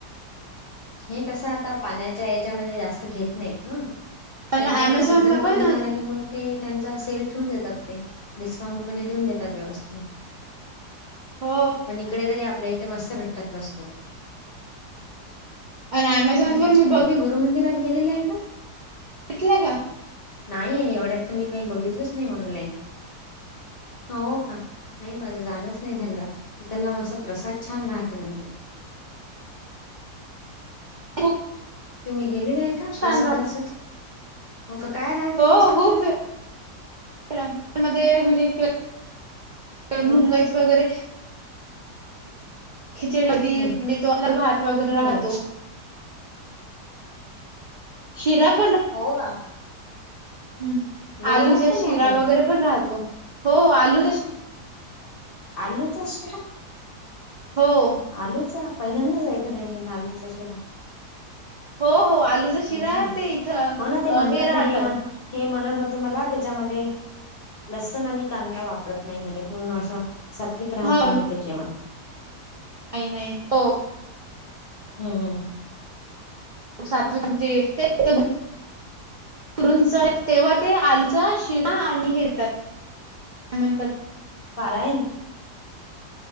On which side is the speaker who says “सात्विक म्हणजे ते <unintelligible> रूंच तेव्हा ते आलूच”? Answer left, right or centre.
Right